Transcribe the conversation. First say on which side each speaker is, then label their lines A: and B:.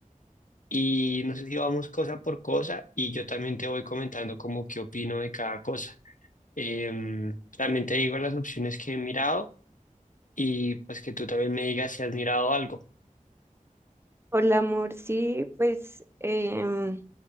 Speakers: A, on the left; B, on the right.
A: Y no sé si vamos cosa por cosa y yo también te voy comentando como qué opino de cada cosa. Em, también te digo las opciones que he mirado y pues que tú también me digas si has mirado algo.
B: Hola, amor. Sí, pues em,